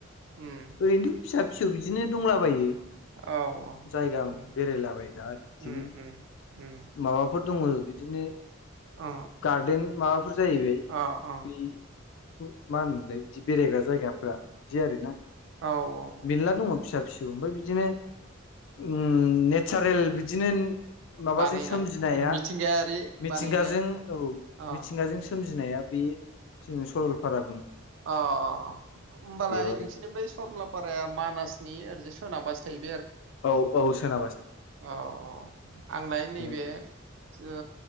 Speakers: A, on the right; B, on the left.
A: उम
B: ओरैनोथ' फिसा फिसौ बिदिनो दंलाबायो।
A: औ औ
B: जायगाब
A: उम
B: बेरायलाबायग्रा ओरै इदिनो,
A: उम उम उम
B: माबाफोर दङ बिदिनो,
A: अ
B: गार्देन माबाफोर जाहैबाय
A: अ अ
B: बैखौ मा होनोमोनलाय बिदि बेरायग्रा जायगाफ्रा बिदि आरो ना?
A: औ अ
B: मेल्ला दङ फिसा फिसौ ओमफाय बिदिनो उम नेचारेल बिदिनो माबाजों
A: बानायनाय
B: सोमजिनाया
A: मिथिंगायारि
B: मिथिंगाजों
A: बानायनाय
B: औ
A: अ अ
B: मिथिंगाजों सोमजिनाया बे थिं सरलपारा
A: अ होमबालाय
B: बेयाव आरो
A: नोंसोरनि बै सरलापार प्राया मानासनि ओरजाय सोनाबहासो थायो।
B: औ औ सोनाब
A: अ आंलाय नैबे
B: बे आरो
A: ओ